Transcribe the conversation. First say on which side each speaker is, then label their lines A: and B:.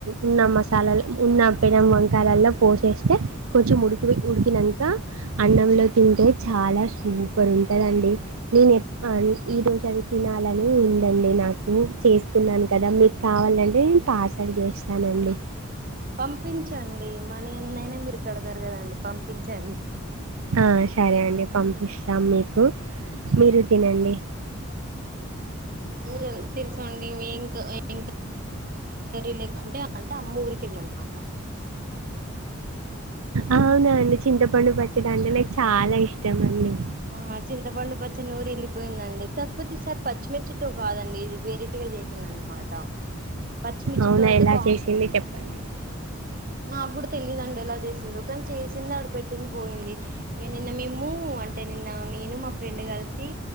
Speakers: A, on the right (about 85°); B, on the right (about 40°).
A: ఉన్న మసాలల్ ఉన్న పెనం వంకాయ్లల్లో పోసేస్తే కొంచెం ఉడికి ఉడికినంక అన్నంలో తింటే చాలా సూపర్ ఉంటదండి, నేనెప్ అనీ ఈ రోజది అలానే ఉందండి నా నాకు చేసుకున్నాను కదా, మీకావాలంటే నేన్ పార్సల్ చేస్తానండి.
B: పంపించండి మ నీ ఏన్నైనా మీరు కడతారు కదండీ. పంపించ్ సర్నీ
A: ఆ సరే అండి పంపిస్తాం మీకు మీరు తినండి.
B: <inaudible> తెలుసు అండి, మీ ఇంక్ ఇంక రిలేకంటే అంటే అమ్మ వూరికేల్నాన్ మాట
A: అవ్ నా అండి చింత పండు పచ్ చ్చడి అంటే నాక్ చాలా ఇష్టం అండి.
B: ఆ చింతపండు పచ్చడి నూరెళ్ళిపోయిందండి. తప్పోతే ఈ సారి పచ్చిమిర్చితో కాదండి, ఇది వేరటిగా జెస్ సిందన్నమాట పచ్చిమిర్చితో
A: అవునా
B: ఐతే
A: ఎలా
B: బావుంటదండి.
A: చేసింది చెప్పండి
B: అప్పుడు తెలీదండి ఎలా చేసిందో, కన్ చేసిందాడ పెట్టింది పోయింది. ఇగ నిన్న మేము అంటే నిన్న నేను మా ఫ్రెండ్ కలిసి